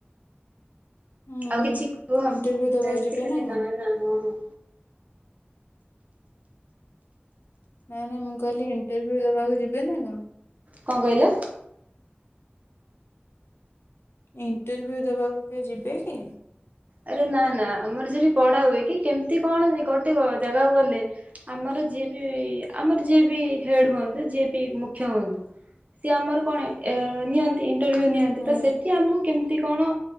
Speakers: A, on the left; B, on the right.
A: ହୁଁ
B: ଆଉ
A: ହୁଁ
B: କିଛି କୁହ
A: ଇଣ୍ଟରଭ୍ୟୁ ଦବାକୁ
B: ଏମତି
A: ଯିବେ
B: ଖାଲି
A: କଣ?
B: ନା ନା ହଁ ହଁ
A: ନାଇଁ ନାଇଁ ମୁଁ କହିଲି ଇଣ୍ଟରଭି୍ୟୁ ଦବାକୁ ଯିବେନା କଣ?
B: କଣ କହିଲ?
A: ଇଣ୍ଟରଭି୍ୟୁ ଦେବାକୁ କିଏ ଯିବେ କି?
B: ଆରେ ନା ନା ଆମର ସେଠି ପଢା ହୁଏ କି କେମିତି କଣ ଗୋଟେ ଜାଗାକୁ ଗଲେ ଆମର ଯିଏ ବି ଆମର ଯିଏ ବି ହେଡ ହୁଅନ୍ତୁ ଯିଏ ବି ମୁଖ୍ୟ ହୁଅନ୍ତୁ ସିଏ ଆମର କଣ ଏ ନିଅନ୍ତି? ଇଣ୍ଟରଭ୍ୟୁ ନିଅନ୍ତି
A: ହୁଁ
B: ତ ସେଠି ଆମକୁ କେମତି କଣ